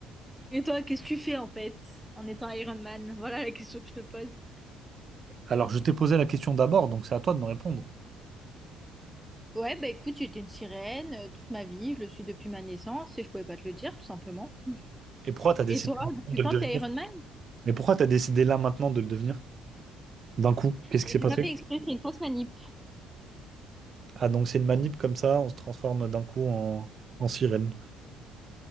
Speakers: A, in the centre; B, on the right.
A: Et toi, qu'est-ce que tu fais, en fait, en étant Iron Man? Voilà la question que je te pose.
B: Alors, je t'ai posé la question d'abord, donc c'est à toi de me répondre.
A: Ouais, bah écoute, j'étais une sirène euh, toute ma vie, je le suis depuis ma naissance et je pouvais pas te le dire, tout simplement.
B: Et pourquoi tu as décidé
A: Et toi,
B: maintenant
A: depuis
B: de le
A: quand
B: devenir?
A: t'es Iron Man?
B: Mais pourquoi tu as décidé là maintenant de le devenir? D'un coup, qu'est-ce
A: Mais
B: qui s'est
A: j'ai
B: passé?
A: pas fait exprès, c'est une fausse manip.
B: Ah, donc c'est une manip comme ça, on se transforme d'un coup en, en sirène.